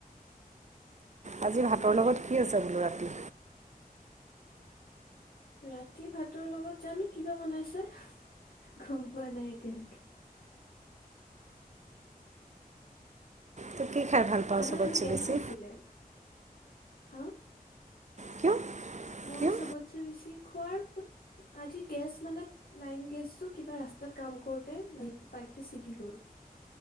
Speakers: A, on the right; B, on the left.
A: আজি ভাতৰ লগত কি আছে বোলো ৰাতি।
B: ৰাতি ভাতৰ লগত জানো কিবা বনাইছে, গম পোৱা নাই এতিয়ালৈকে।
A: তোৰ কি খাই ভাল পাওঁ
B: আমাৰ
A: চবতছে
B: আজি গেছ
A: বেছি
B: নাছিলে, হা
A: কিয়
B: মই
A: কিয়?
B: চবতছে বেছি খোৱাৰ, আজি গেছ মানে লাইন গেছটো কিবা ৰাস্তাত কাম কৰোতে লাইন পাইপটো ছিগি গল।